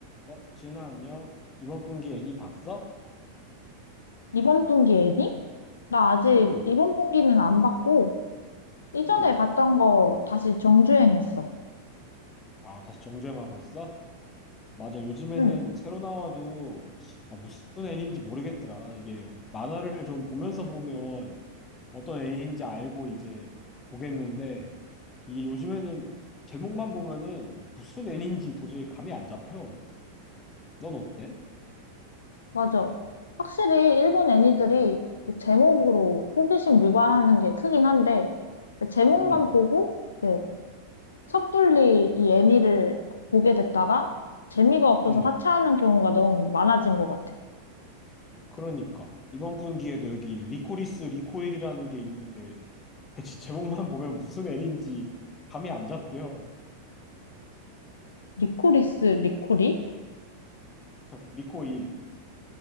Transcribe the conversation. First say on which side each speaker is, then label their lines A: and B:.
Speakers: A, on the left (about 25°); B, on the left (about 70°).
A: 어, 지은아, 안녕. 이번 분기 애니 봤어?
B: 이번 분기 애니? 나 아직
A: 응,
B: 이번 분기는 안 봤고, 이전에
A: 응.
B: 봤던 거 다시 정주행했어.
A: 아, 다시 정주행하고 있어? 맞아, 요즘에는
B: 응,
A: 새로 나와도 어, 무슨 애니인지 모르겠더라. 이게 만화를 좀 보면서 보면 어떤 애니인지 알고 이제 보겠는데, 이게 요즘에는 제목만 보면은 무슨 애니인지 도저히 감이 안 잡혀. 넌 어때?
B: 맞아. 확실히 일본 애니들이 그 제목으로 호기심 유발하는 게 크긴 한데, 그 제목만
A: 응,
B: 보고, 네, 섣불리 이 애니를 보게 됐다가, 재미가 없어서
A: 응.
B: 하차하는 경우가 너무 많아진 것 같아.
A: 그러니까. 이번 분기에도 여기 리코리스 리코일이라는 게 있는데, 대체 제목만 보면 무슨 애니인지 감이 안 잡혀.
B: 리코리스 리코리?
A: 리코일.